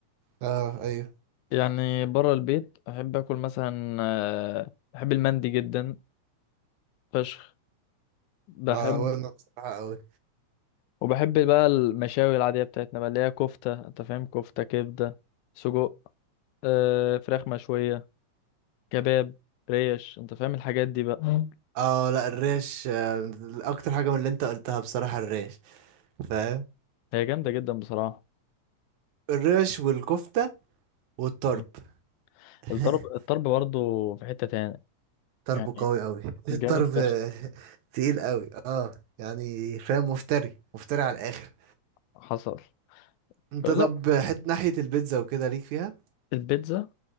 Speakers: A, on the right; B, on the left.
A: اه ايوه
B: يعني بره البيت احب اكل مثلا آه، بحب المندي جدا فشخ بحب
A: اه وانا بصراحه قوي
B: وبحب بقى المشاوي العاديه بتاعتنا بقى اللي هي كفته انت فاهم كفته كبده سجق آه، فراخ مشويه كباب ريش انت فاهم الحاجات دي بقى مم.
A: اه لا الريش آه، اكتر حاجه من اللي انت قلتها بصراحه الريش فاهم
B: هي جامده جدا بصراحه
A: الريش والكفته والطرب
B: مم.
A: <laughs>
B: الطرب الطرب برضو في حته تاني
A: ضربه
B: يعني
A: قوي قوي
B: حلو
A: الضرب
B: جامد
A: <laughs>
B: بس
A: تقيل قوي اه يعني فاهم مفتري مفتري على الاخر
B: حصل
A: انت
B: لا
A: طب حت <laughs> ناحية البيتزا وكده ليك فيها
B: البيتزا